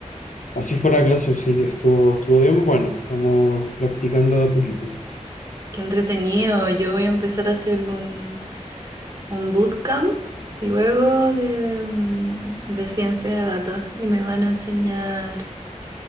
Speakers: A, on the left; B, on the right.
A: así fue la clase, así que estuvo, estuvo bien. Bueno, estamos practicando de a poquito.
B: Qué entretenido. Yo voy a empezar a hacer un, un bootcamp luego de, mm, de ciencia de datos y me van a enseñar